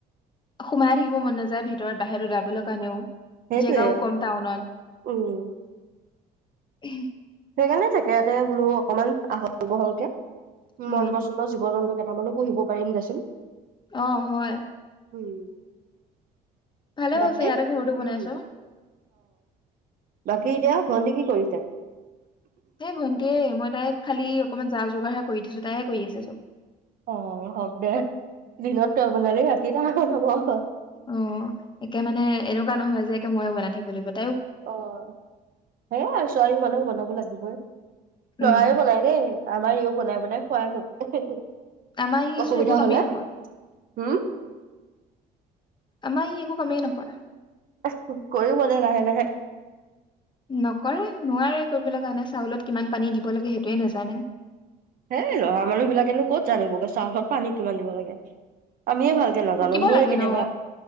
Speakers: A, on the left (about 25°); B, on the right (about 55°).
A: খাই থাকিব মন নাযায় ভিত ভিতৰত বাহিৰলৈ যাবলৈ কাৰণেও
B: সেইটোৱে
A: জেগাও কম টাউনত।
B: উম,
A: উ।
B: সেইকাৰণে তাকে ইয়াতে বোলোঁ অকনমান আহল বহলকে।
A: উম
B: মন পচন্দৰ জীৱ-জন্তু। কেটামানো পঢ়িব পাৰিম দেচোন।
A: অঁ হয়।
B: উম।
A: ভালে
B: বাকী
A: হৈছে ইয়াতে ঘৰটো বনাইছ।
B: উম, <unintelligible> ভণ্টি কি কৰিছে?
A: এই ভণ্টি, মই তাই খালি। অকণমান যা-যোগাৰহে কৰি দিছোঁ, তাইহে কৰি আছে চব।
B: অ', হক দে দিনত তই বনালি ৰাত কেইটা ভাগত হব <unintelligible>
A: অ', একে মানে এনেকুৱা নহয় যে একে ময়ো বনাই থ <unintelligible>
B: অ', সেয়া আৰু ছোৱালী মানুহ বনাব লাগিবই।
A: উম
B: লৰাইও বনাই দেই, আমাৰ ইও বনাই-বনাই খোৱাই মোক <inaudible>
A: আমাৰ ই
B: অসুবিধা
A: চোন একো কামেই
B: হলে
A: নকৰে।
B: উম
A: আমাৰ ই এক একো কামেই নকৰে।
B: <inaudible> কৰিব দে লাহে-লাহে।
A: নকৰে, নোৱাৰে কৰিবলৈ কাৰণে চাউলত কিমান পানী দিব লাগে সেইটোৱে নাজানে।
B: হেই ল'ৰা মানুহ বিলাকেনো ক'ত জানিবগে চাউলত পানী কিমান দিব লাগে, আমিয়ে ভাল নাজানো
A: শিকিব
B: মোৰে
A: লাগে
B: কেতিয়াবা,
A: ন